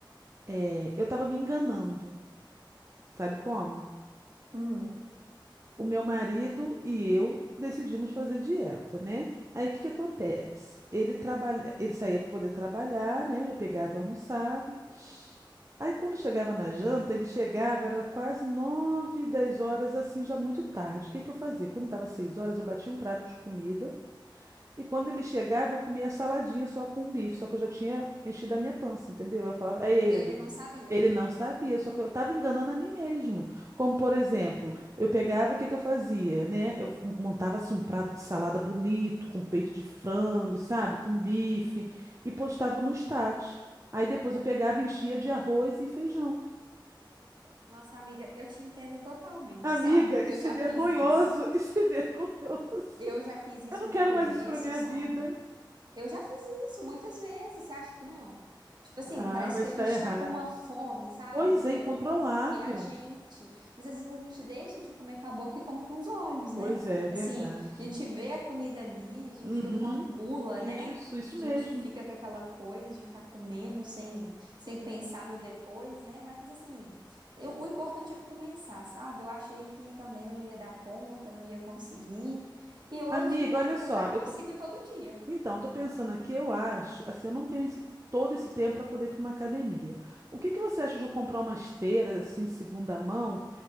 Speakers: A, on the right; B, on the right.
A: é, eu tava me enganando, sabe como?
B: Hum.
A: o meu marido e eu decidimos fazer dieta, né? Aí o que que acontece? Ele trabalha, ele saía para poder trabalhar, né? Eu pegava e almoçava. Aí quando chegava na janta, ele chegava, era quase nove, dez horas, assim, já muito tarde. O que que eu fazia? Quando dava seis horas, eu batia um prato de comida e quando ele chegava, eu comia saladinha só com um bife, só que eu já tinha enchido a minha pança, entendeu? Eu falava, aí ele.
B: E ele não sabia.
A: Ele não sabia, só que eu estava enganando a mim mesma. Como, por exemplo, eu pegava, o que que eu fazia, né? Eu montava assim, um prato de salada bonito, com peito de frango, sabe? Com bife, e postava no status. Aí depois eu pegava e enchia de arroz e feijão.
B: Nossa, amiga, eu te entendo totalmente,
A: Amiga,
B: sabe? Porque
A: isso
B: eu já
A: é vergonhoso,
B: fiz isso.
A: isso é <laughs> vergonhoso.
B: Eu já fiz isso
A: Eu não
B: no
A: quero
B: começo,
A: mais isso para minha
B: sabe?
A: vida.
B: Eu já fiz isso muitas vezes, você acha que não? Tipo assim,
A: Ah,
B: parece
A: mas
B: que a
A: está
B: gente
A: errado.
B: tá com uma fome, sabe?
A: Pois
B: Maior
A: é, incontrolável.
B: do que a gente. Mas às vezes a gente deixa de comer com a boca e come com os olhos, né?
A: Pois é, é verdade.
B: Assim, a gente vê a comida ali, a gente
A: Uhum.
B: fica com a gula,
A: Isso,
B: né?
A: isso
B: A gente
A: mesmo.
B: fica com aquela coisa de ficar comendo sem, sem pensar no depois, né? Mas assim, eu- o importante é começar, sabe? Eu achei que também eu não ia dar conta, não ia conseguir. E hoje,
A: Amiga,
B: né,
A: olha
B: eu
A: só,
B: já
A: eu
B: consigo
A: tô...
B: ir todo dia.
A: Então, eu tô pensando aqui, eu acho, assim, eu não tenho esse, todo esse tempo para poder ir para uma academia. O que que você acha de eu comprar uma esteira, assim, de segunda mão,